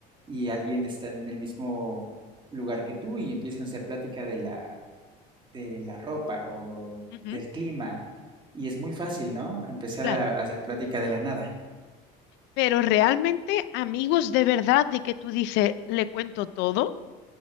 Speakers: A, on the right; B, on the left.
A: y alguien está en el mismo lugar que tú y empiezan a hacer plática de la, de la ropa o
B: Ujú,
A: del clima. Y es muy fácil, ¿no? Empezar
B: claro.
A: a, a hacer plática de la nada.
B: Pero realmente amigos de verdad de que tú dices, le cuento todo.